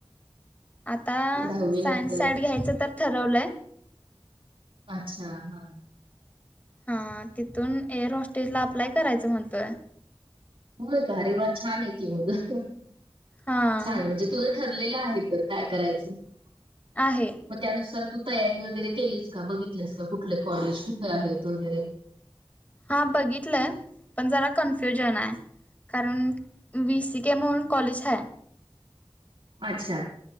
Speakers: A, on the left; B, on the right.
A: आता
B: दहावी
A: सायन्स
B: नंतर?
A: साईड घ्यायचं तर ठरवलंय.
B: हा हा.
A: हा तिथून एअर हॉस्टेलला अप्लाय करायचं म्हणतोय.
B: हो का अरे वा छान आहे की मग छान
A: हां
B: आहे म्हणजे तुझं ठरलेल आहे तर काय करायच मग
A: आहे
B: त्यानुस त तयारी वगैरे केलीस का बघितलीस का कुठले कॉलेज कुठे आहेत वगैरे
A: हा बघितलंय पण जरा कन्फ्युजन आहे. कारण वी सी के म्हणून कॉलेज हाय.
B: अच्छा